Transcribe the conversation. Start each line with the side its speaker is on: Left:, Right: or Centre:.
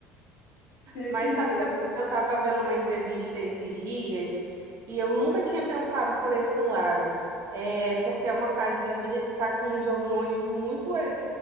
Left: <laughs> desse
Right: Mas sabe
Left: jeito.
Right: que eu eu tava vendo uma entrevista esses dias e eu nunca tinha pensado por esse lado. É porque é uma fase da vida que tá com os hormônios muito é,